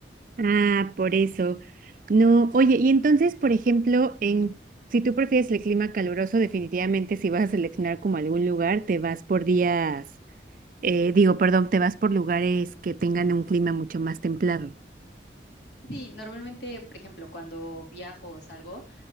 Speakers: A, on the right; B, on the left.
A: Ah, por eso. No, oye, y entonces, por ejemplo, en si tú prefieres el clima caluroso, definitivamente si vas a seleccionar como algún lugar, te vas por días, eh, digo, perdón, te vas por lugares que tengan un clima mucho más templado.
B: Sí, normalmente, por ejemplo, cuando viajo o salgo,